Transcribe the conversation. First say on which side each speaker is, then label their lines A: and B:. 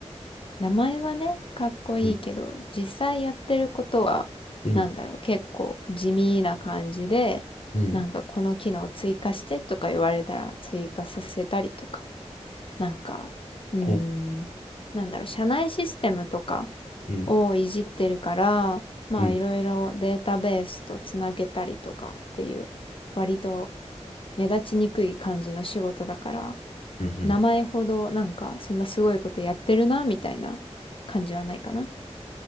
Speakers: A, on the left; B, on the left.
A: 名前はね、かっこいいけど、
B: うん
A: 実際やってることは、
B: うん
A: なんだろう、結構地味な感じで、
B: うん
A: なんかこの機能追加してとか言われたら追加させたりとか、なんか、うーん、
B: うん
A: なんだろう、社内システムとか
B: うん
A: をいじってるから、まあいろいろデータベースとつなげたりとかっていう、
B: うん
A: 割と目立ちにくい感じの仕事だから、
B: うん
A: 名前ほどなんかそんなすごいことやってるな、みたいな感じはないかな。